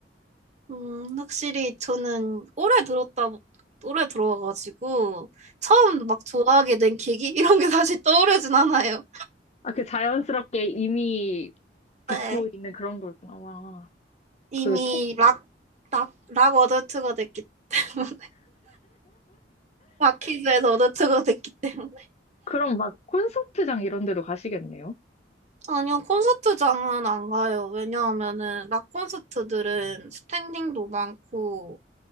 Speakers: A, on the right; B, on the left.
A: 음, 확실히 저는 오래 들었다, 오래 들어와가지고, 처음 막 좋아하게 된 계기? <laughs> 이런 게 다시 떠오르진 않아요.
B: 아, 그 자연스럽게 이미 듣고
A: 네.
B: 있는 그런 거였구나. 와,
A: 이미
B: 그 톡,
A: 락, 락, 락 어덜트가 됐기, 때문에 <laughs> 락키즈에서 어덜트가 됐기 때문에.
B: 그럼 막 콘서트장 이런 데도 가시겠네요?
A: 아니요, 콘서트장은 안 가요. 왜냐하면은, 락 콘서트들은 스탠딩도 많고,